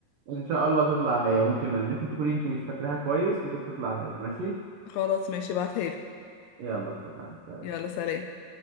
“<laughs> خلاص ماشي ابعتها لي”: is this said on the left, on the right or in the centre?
Left